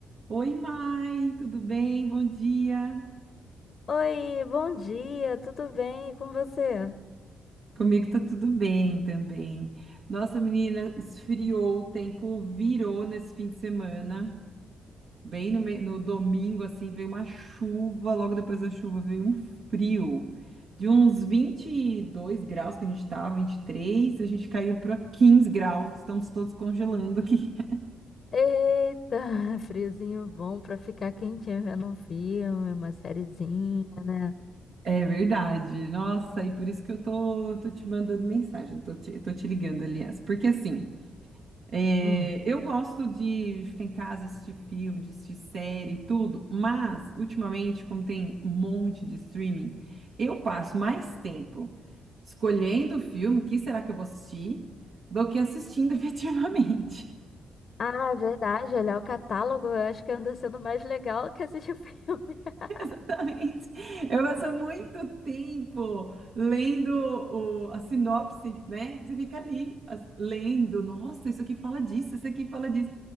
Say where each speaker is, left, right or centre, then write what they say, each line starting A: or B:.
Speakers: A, on the right; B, on the left.
A: Oi, Mai, tudo bem? Bom dia.
B: Oi, bom dia, tudo bem? E com você?
A: Comigo tá tudo bem também. Nossa, menina, esfriou, o tempo virou nesse fim de semana. Bem no, me- no domingo, assim, veio uma chuva, logo depois da chuva veio um frio. De uns 22 graus que a gente tava, 23, a gente caiu para 15 graus, estamos todos congelando aqui. <laughs>
B: Eita, <laughs> friozinho bom pra ficar quentinho vendo um filme, uma sériezinha, né?
A: É verdade. Nossa, e por isso que eu tô, tô te mandando mensagem, tô te, tô te ligando, aliás. Porque assim. É,
B: Hum.
A: eu gosto de ficar em casa, assistir filme, de assistir série, e tudo, mas ultimamente, como tem um monte de streaming, eu passo mais tempo escolhendo o filme, que será que eu vou assistir, do que assistindo <laughs> efetivamente.
B: Ah, é verdade, olhar o catálogo eu acho que anda sendo mais legal que assistir o filme. <laughs>
A: Exatamente. Eu passo muito tempo lendo o- a sinopse, né? Você fica ali as- lendo, nossa, isso aqui fala disso, isso aqui fala disso.